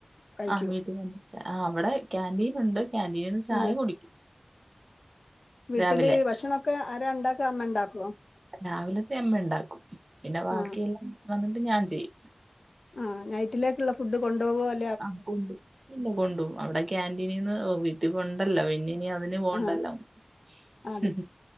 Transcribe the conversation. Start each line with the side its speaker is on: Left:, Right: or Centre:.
Left: കഴിക്കൂ
Right: ആഹ് വീട്ടിൽ വന്ന് ച ആ അവിടെ കാന്റീൻ ഉണ്ട് കാന്റീന്ന് ചായ
Left: ആ
Right: കുടിക്കും
Left: വീട്ടില്
Right: രാവിലെ
Left: ഭക്ഷണൊക്കെ ആരാ ഇണ്ടാക്കാ അമ്മ ഇണ്ടാക്കോ
Right: രാവിലത്തെ അമ്മ ഇണ്ടാക്കും പിന്നെ വാക്കിയെല്ലാം
Left: ആ
Right: വന്നിട്ട് ഞാൻ ചെയ്യും
Left: ആ നൈറ്റിലേക്കുള്ള ഫുഡ് കൊണ്ടോകോ അ
Right: ആഹ് കൊണ്ടും പിന്നെ കൊണ്ടും അവിടെ കാന്റീനിന്ന് വീട്ടി ഒണ്ടല്ലോ പിന്നിനി അവ ന് പോണ്ടല്ലോ
Left: ആ
Right: <unintelligible>
Left: ആ,
Right: ഉം